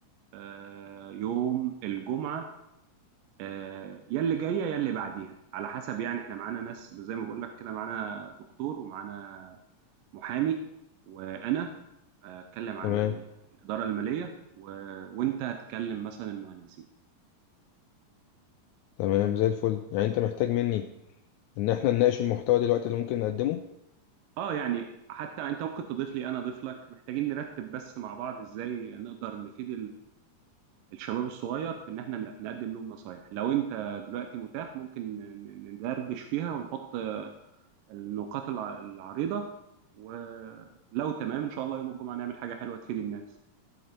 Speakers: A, on the right (about 85°); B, on the left (about 80°).
A: آه، يوم الجمعة آه، يا اللي جاية يا اللي بعديها على حسب يعني احنا معانا ناس زي ما بقول لك كده معانا دكتور ومعانا محامي وأنا آه، أتكلم عن
B: تمام
A: ال- الإدارة المالية و... وأنت هتكلم مثلا المهندسين
B: تمام زي الفل يعني انت محتاج مني ان احنا نناقش المحتوى دلوقتي اللي ممكن نقدمه
A: اه يعني حتى انت ممكن تضيف لي انا اضيف لك محتاجين نرتب بس مع بعض ازاي نقدر نفيد الشباب الصغير في ان احنا ن- نقدم لهم نصايح لو انت دلوقتي متاح ممكن ن- ن- ندردش فيها ونحط النقاط الع- العريضة ولو تمام ان شاء الله يوم الجمعة نعمل حاجة حلوة تفيد الناس